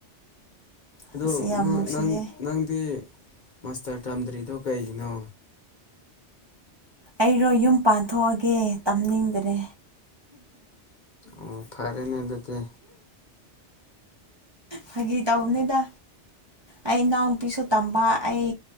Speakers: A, on the left; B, on the right.
A: ꯑꯗ
B: ꯑꯁ ꯌꯥꯝ ꯅꯨꯡꯁꯤꯌꯦ
A: ꯅꯪ ꯅꯪꯗꯤ ꯃꯥꯁꯇꯔ ꯇꯝꯗ꯭ꯔꯤꯗꯣ ꯀꯩꯒꯤꯅꯣ
B: ꯑꯩꯔꯣ ꯌꯨꯝ ꯄꯥꯟꯊꯣꯛꯑꯒꯦ ꯇꯝꯅꯤꯡꯗ꯭ꯔꯦ
A: ꯑꯣ ꯐꯔꯦꯅꯦ ꯑꯗꯨꯗꯤ
B: ꯐꯒꯤ ꯇꯧꯧꯕꯅꯤꯗ ꯑꯩ ꯏꯅꯥꯎꯅꯨꯄꯤꯁꯨ ꯇꯝꯕ ꯑꯩ